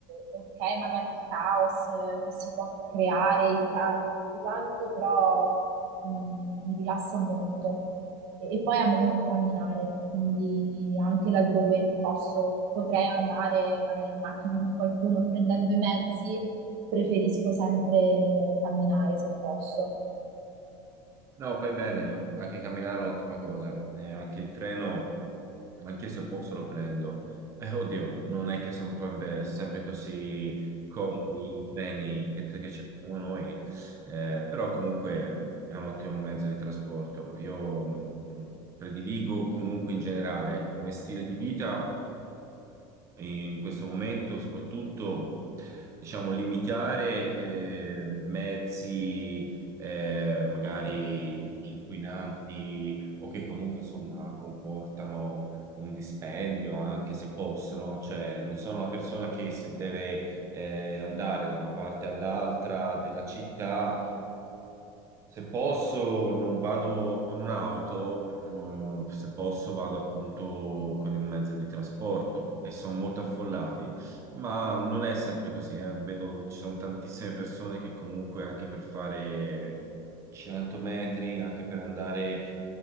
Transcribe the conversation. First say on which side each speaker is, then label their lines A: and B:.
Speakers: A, on the right; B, on the right.
A: ok, magari il caos eh, che si può creare, i ritardi e tutto quanto, però mm, mi rilassa molto. E, e poi amo molto camminare, quindi anche laddove non posso, potrei andare magari in macchina con qualcuno o prendendo i mezzi, preferisco sempre camminare se posso.
B: No, fai bene, anche camminare è un'ottima cosa, e anche il treno, anche se posso lo prendo. Eh, oddio, non è che sono proprio- sempre così comodi i treni che, che ci abbiamo noi, eh, però comunque è un ottimo mezzo di trasporto. Io mh, prediligo comunque in generale ecco, come stile di vita in questo momento soprattutto diciamo limitare eh, mezzi eh, magari inquinanti o che comunque insomma comportano un dispendio anche se possono, cioè non sono una persona che se deve eh, andare da una parte all'altra della città se posso, non vado con un'auto, eh, se posso vado appunto con il mezzo di trasporto e sono molto affollati, ma non è sempre così, eh. Vedo ci sono tantissime persone che comunque anche per fare 100 metri, anche per andare